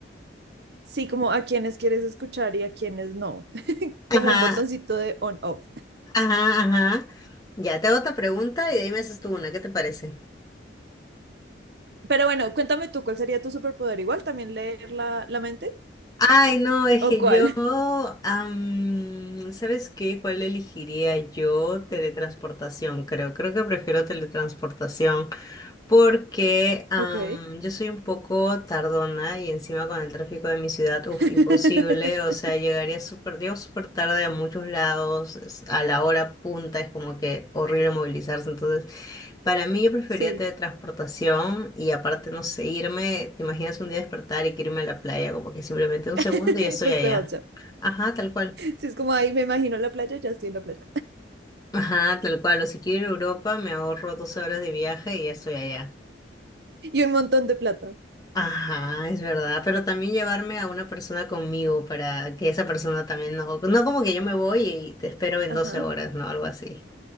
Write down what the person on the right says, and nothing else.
Sí, como a quienes quieres escuchar y a quienes no. como
un botoncito de on-off.
Pero bueno, cuéntame tú, ¿cuál sería tu superpoder? ¿Igual también leer la, la mente?
¿O
cuál?
Ok.
<laughs>
Sí,
<laughs>
y pues
te vas ya.
Sí, es como ahí me imagino la playa, ya estoy en la playa.
Y un montón de plata.
Ajá.